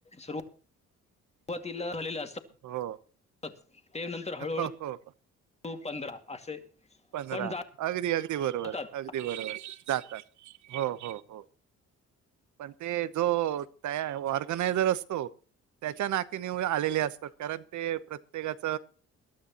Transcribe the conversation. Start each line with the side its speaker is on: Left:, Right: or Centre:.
Left: सुरू सुरुवातीला झालेले असत
Right: हो
Left: ते नंतर हळूहळू
Right: हो हो
Left: टू पंधरा असे
Right: पंधरा
Left: पण जा
Right: अगदी अगदी बरोबर
Left: जातात
Right: अगदी बरोबर जातात हो हो हो पण ते जो तया ऑर्गनायझर असतो त्याच्या नाकी नऊ आलेली असतात कारण ते प्रत्येकाच